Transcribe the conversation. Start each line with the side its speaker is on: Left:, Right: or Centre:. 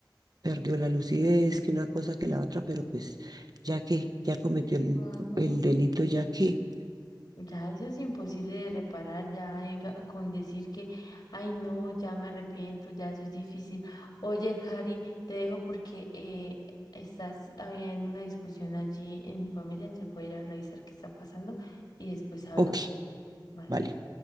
Right: perdió la lucidez, que una cosa que la otra, pero pues ya que ya cometió el,
Left: Ujú.
Right: el delito, ya que,
Left: Ya eso es imposible de reparar, ya llega- con decir que, ay no, ya me arrepiento, ya eso es difícil. Oye, Cari, te dejo porque eh, estás habiendo una discusión allí en mi familia, entonces voy a ir a revisar qué está pasando y después hablamos,
Right: ok,
Left: ¿vale?
Right: vale.